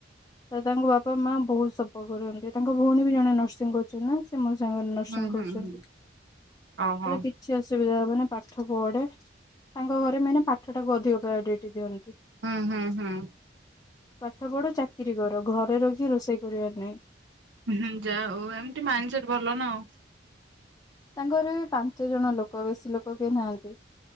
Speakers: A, on the left; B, on the right.
A: ରେ ତାଙ୍କ ବାପା ମା ବହୁତ ସପୋର୍ଟ କରୁନ୍ତି ତାଙ୍କ ଭଉଣୀ ବି ଜଣେ ନର୍ସିଂ କରୁଛନ୍ତି ସେ ମୋ ସା ନର୍ସିଂ
B: ହୁଁ ହୁଁ
A: କରୁଛନ୍ତି
B: ହୁଁ ଓହୋ
A: କିଛି ଅସୁବିଧା ମାନେ ପାଠ ପଢେ ତାଙ୍କ ଘରେ ମାନେ ପାଠ ଟାକୁ ଅଧିକ ପ୍ରାଓରିଟି ଦିଅନ୍ତି।
B: ହୁଁ ହୁଁ ହୁଁ।
A: ପାଠ ପଢୁ ଚାକିରି କର ଘରେ ରଖି ରୋଷେଇ କରିବାର ନାହିଁ।
B: ହୁଁ ହୁଁ ଯାହା ହଉ ଏମତି ମାଇଣ୍ଡ ସେଟ ଭଲ ନା ଆଉ।
A: ତାଙ୍କର ବି ପାଞ୍ଚ ଜଣ ଲୋକ ବେଶୀ ଲୋକ କେହି ନାହାନ୍ତି।